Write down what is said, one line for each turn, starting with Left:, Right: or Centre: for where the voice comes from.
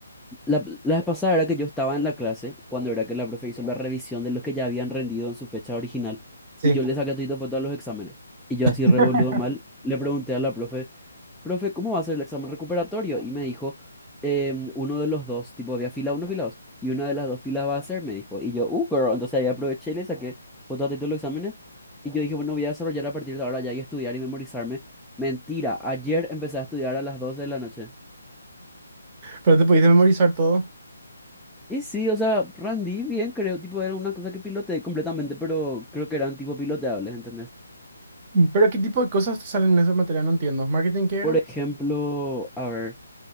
Centre: La, la vez pasada era que yo estaba en la clase, cuando era que la profe hizo la revisión de los que ya habían rendido en su fecha original.
Right: sí.
Centre: Y yo le saqué todo foto a los exámenes. Y yo
Right: <laughs>
Centre: así revoludo mal, le pregunté a la profe, profe, ¿cómo va a ser el examen recuperatorio? Y me dijo, em, uno de los dos, tipo, había fila uno, fila dos, y una de las dos filas va a ser, me dijo. Y yo, uh, girl, entonces ahí aproveché y le saqué fotos de todos los exámenes. Y yo dije, bueno, voy a desarrollar a partir de ahora ya y estudiar y memorizarme. Mentira, ayer empecé a estudiar a las 12 de la noche.
Right: Pero te pudiste memorizar todo.
Centre: Y sí, o sea, rendí bien, creo, tipo, era una cosa que piloteé completamente, pero creo que eran tipo piloteables, ¿entendés?
Right: ¿Pero qué tipo de cosas te salen en esa materia? No entiendo. ¿Marketing qué era?
Centre: Por ejemplo, a ver.